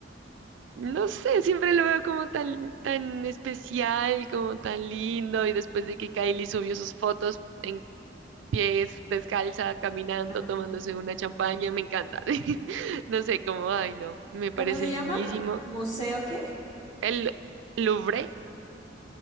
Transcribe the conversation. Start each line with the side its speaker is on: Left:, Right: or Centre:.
Right: No sé, siempre lo veo como tan, tan especial, como tan lindo. Y después de que Kylie subió sus fotos en pies, descalza, caminando,
Left: ah,
Right: tomándose una champaña, me encanta. <laughs> No sé, como, ay, no, me
Left: ¿cómo
Right: parece
Left: se
Right: lindísimo.
Left: llama? ¿Museo qué?
Right: El Louvre,